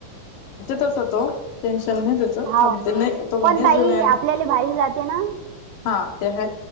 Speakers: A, on the left (about 70°); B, on the right (about 80°).
A: तस तो टेन्शन नाही त्याच
B: हाव
A: थांबते नाही तो म्हणे
B: पण ताई
A: जुन्यानां
B: आपल्याला भारी जाते ना
A: हा ते ह